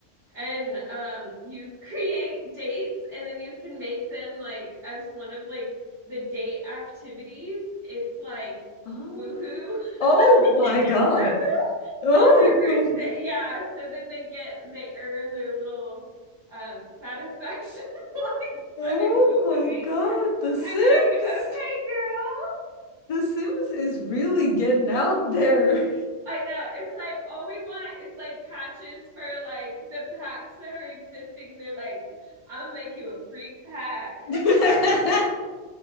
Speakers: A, on the right; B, on the left.
A: And um you <laughs> create dates and then you can make them like as one of like the date activities. It's like
B: Oh.
A: woohoo.
B: Oh
A: <laughs>
B: my
A: they
B: God.
A: get woohoo
B: Oh.
A: on their first
B: <laughs>
A: day. Yeah, so then they get they earn their little um satisfaction <laughs> points
B: Oh
A: by woohooing.
B: my God. The Sims.
A: I'm like, okay, girl,
B: The Sims is really getting out there.
A: I know. It's like all we want is like patches for like the packs that are existing. They're like, I'm gonna make you a freak pack.
B: <laughs>